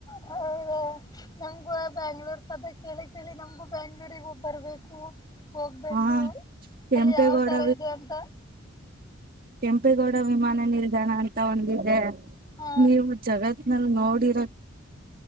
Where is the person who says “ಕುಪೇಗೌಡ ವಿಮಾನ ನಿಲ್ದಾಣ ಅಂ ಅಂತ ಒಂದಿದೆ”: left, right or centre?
Right